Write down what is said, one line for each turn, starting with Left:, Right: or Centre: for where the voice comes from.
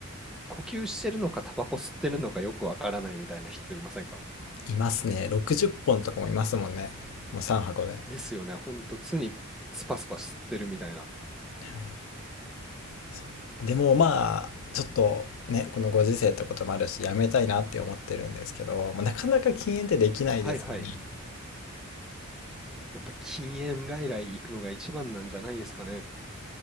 Centre: 呼吸してるのかタバコ吸ってるのかよくわからないみたいな人いませんか
Left: いますね。60本とかもいますもんね。もう3箱で。
Centre: ですよね。ほんと常にスパスパ吸ってるみたいな。
Left: はい、そうでもまあ、ちょっとね、このご時世ってこともあるし、やめたいなって思ってるんですけど、もうなかなか禁煙ってできないですよね。
Centre: はいはい。やっぱ禁煙外来行くのが一番なんじゃないですかね。